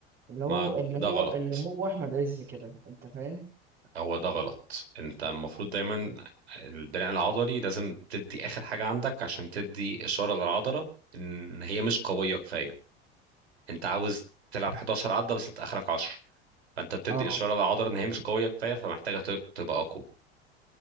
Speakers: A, on the right; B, on the right.
A: اللي هو
B: ما
A: اللي
B: ده
A: هو
B: غلط
A: اللي هو احمد عز كده انت فاهم
B: هو ده غلط انت المفروض دايما البناء العضلي لازم تدي اخر حاجة عندك عشان تدي اشارة للعضلة ان هي مش قوية كفاية انت عاوز تلعب 11 عدة بس انت اخرك 10 فانت بتدي
A: اه
B: اشارة للعضلة ان هي مش قوية كفاية فمحتاجة ت- تبقى اقوى